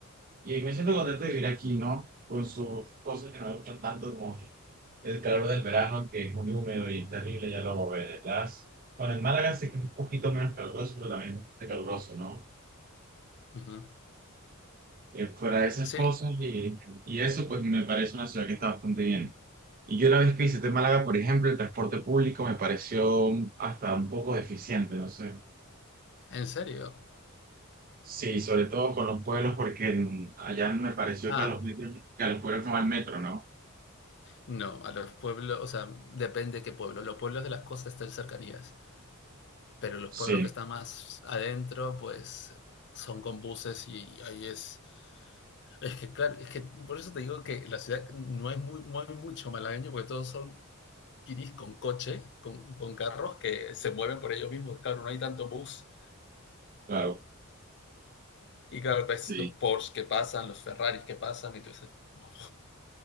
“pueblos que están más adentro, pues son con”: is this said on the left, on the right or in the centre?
Left